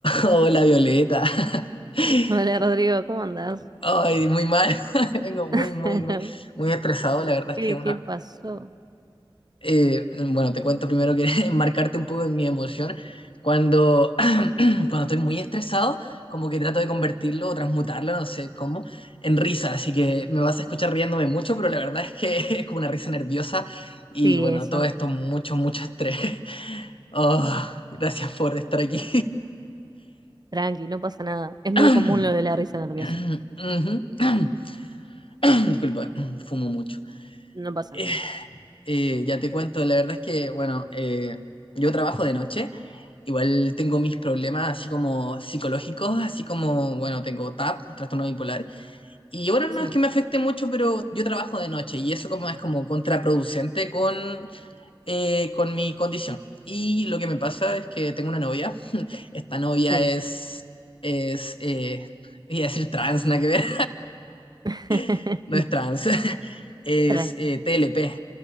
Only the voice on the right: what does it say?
Hola Rodrigo, ¿cómo andás?
<laughs>
¿Por
qué?
¿Qué pasó?
Sí,
eso.
Tranqui, no pasa nada. Es muy
común lo de la risa nerviosa.
No pasa
nada.
Sí,
sí.
<laughs>
Tranqui.